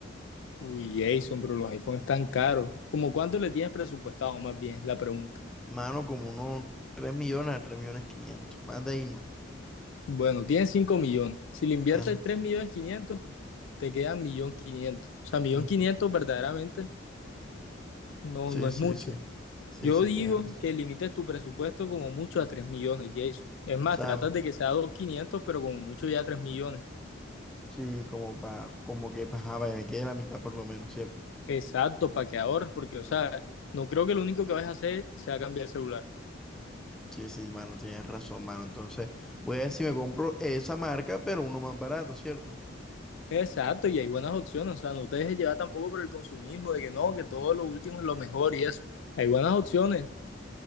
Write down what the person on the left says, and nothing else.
Uy, Jason, pero los iPhones están caros. ¿Cómo cuánto le tienes presupuestado, más bien, es la pregunta?
Bueno, tienes 5 millones, si le inviertes
3 millones quinientos te quedan millón quinientos o sea, millón
quinientos verdaderamente no,
no es
mucho.
Yo
digo
que limites tu presupuesto como mucho a 3 millones, Jason. Es más,
trata
de que sea 2.500, pero como mucho ya 3 millones.
Exacto, para que ahorres, porque, o sea, no creo que lo único que vas a hacer sea cambiar el celular.
Exacto, y hay buenas opciones, o sea, no te dejes llevar tampoco por el consumismo, de que no, que todo lo último es lo mejor y eso. Hay buenas opciones.